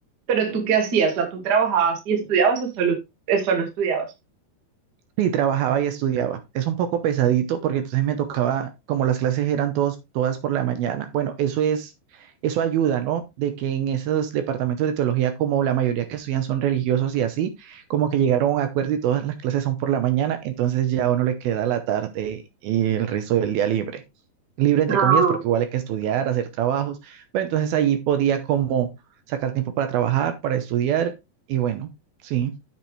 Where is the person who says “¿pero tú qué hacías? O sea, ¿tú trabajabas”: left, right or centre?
Right